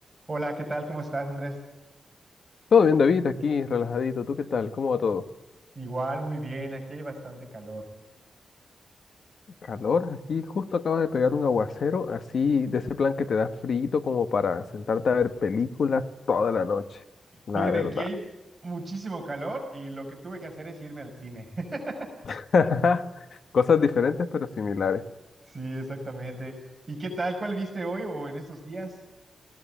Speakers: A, on the right; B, on the left.
A: Hola, ¿qué tal? ¿Cómo estás, Andrés?
B: Todo bien, David, aquí relajadito. ¿Tú qué tal? ¿Cómo va todo?
A: Igual, muy bien. Aquí hay bastante calor.
B: Calor, aquí justo acaba de pegar un aguacero, así de ese plan que te da frío como para sentarte a ver películas toda la noche. La
A: Fíjate,
B: verdad.
A: aquí hay muchísimo calor y lo que tuve que hacer es irme al cine. <laughs>
B: <laughs> Cosas diferentes pero similares.
A: Sí, exactamente. ¿Y qué tal? ¿Cuál viste hoy o en estos días?